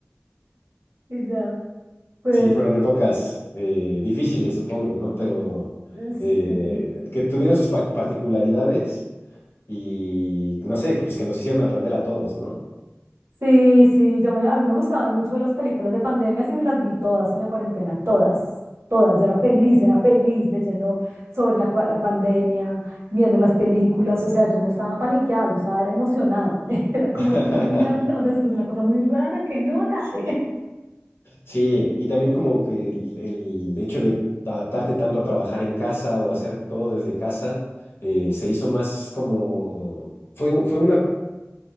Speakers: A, on the right; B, on the left.
A: y ya, pues,
B: Sí, fueron épocas eh, difíciles, supongo, ¿no? Pero
A: sí.
B: eh, que tuvieron sus pa- particularidades y no sé, que, pues, que nos hicieron aprender a todos, ¿no?
A: Sí, sí, yo me, a mí me gustaban mucho las películas de pandemia, y me las vi todas en la cuarentena, todas, todas. Yo era feliz, era feliz leyendo sobre la, cua- la pandemia, viendo las películas, o sea, yo no estaba paniqueada, yo estaba era emocionada. <laughs> Era como,
B: <laughs>
A: una, no, o sea, esto es una cosa muy rara, qué nota. <laughs>
B: Sí, y también como que el, el hecho de adaptarte tanto a trabajar en casa o hacer todo desde casa, eh, se hizo más como, fue, u- fue una